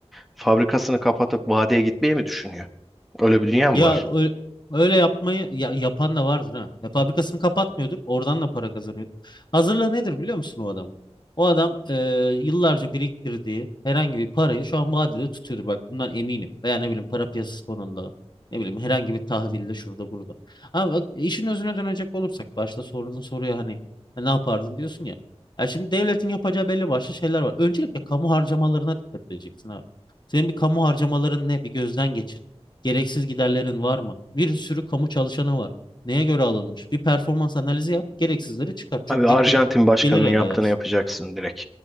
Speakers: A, in the centre; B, on the left.
A: fabrikasını kapatıp vadeye gitmeyi mi düşünüyor? Öyle bir dünya
B: Ya
A: mı var?
B: ö- öyle yapmayı ya, yapan da vardır ha. Ya fabrikasını kapatmıyordur. Oradan da para kazanıyordur. Hazırlığı nedir biliyor musun o adamın? O adam e, yıllarca biriktirdiği herhangi bir parayı şu an vadede tutuyordur. Bak bundan eminim. Veya ne bileyim para piyasası konunda Ne bileyim herhangi bir tahvilde şurada burada. Ama bak işin özüne dönecek olursak başta sorduğun soruya hani "E, ne yapardın diyorsun ya. Ya şimdi devletin yapacağı belli başlı şeyler var. Öncelikle kamu harcamalarına dikkat edeceksin abi. Senin bir kamu harcamaların ne? Bir gözden geçir. Gereksiz giderlerin var mı? Bir sürü kamu çalışanı var. Neye göre alınmış? Bir performans analizi yap, gereksizleri çıkar. Çok
A: Abi Arjantin
B: ciddi bir
A: başkanının
B: gelir elde
A: yaptığını
B: edersin.
A: yapacaksın direkt.